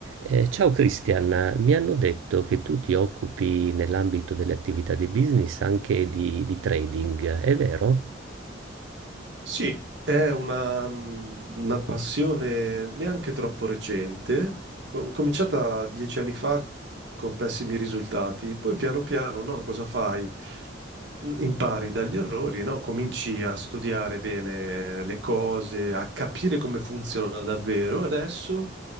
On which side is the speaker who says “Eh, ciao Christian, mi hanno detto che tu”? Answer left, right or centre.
Right